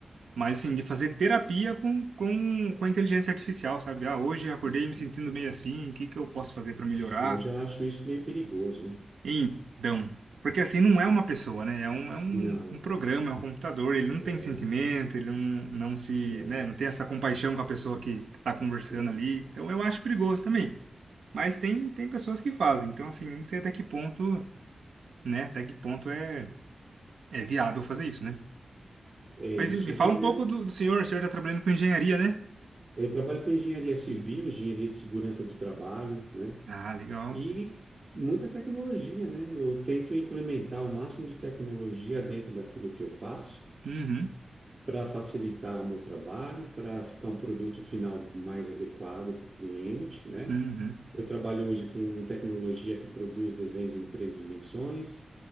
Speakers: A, on the right; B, on the right.
A: mas assim, de fazer terapia com, com, com a inteligência artificial, sabe? Ah, hoje eu acordei
B: Nossa,
A: me sentindo meio assim, o que que eu posso fazer para
B: ixi,
A: melhorar?
B: eu já acho isso meio perigoso, hein?
A: Então, porque assim não é uma pessoa, né? É um, é um,
B: Não,
A: um programa, é um computador, ele não
B: é,
A: tem sentimento, ele não, não se,
B: é,
A: né, não tem essa compaixão com a pessoa que tá conversando
B: não.
A: ali. Então eu acho perigoso também. Mas tem, tem pessoas que fazem. Então, assim, eu não sei até que ponto, né? Até que ponto é, é viável fazer isso, né?
B: É,
A: Mas
B: isso
A: me fala
B: já
A: um pouco
B: é.
A: do, do senhor, o senhor tá trabalhando com engenharia, né?
B: Eu trabalho com engenharia civil, engenharia de segurança do trabalho, né?
A: Ah, legal.
B: E muita tecnologia, né? Eu tento implementar o máximo de tecnologia dentro daquilo que eu faço
A: Uhum,
B: para facilitar o meu trabalho, para ficar um produto final mais adequado para o cliente, né?
A: uhum.
B: Eu trabalho hoje com tecnologia que produz desenhos em três dimensões,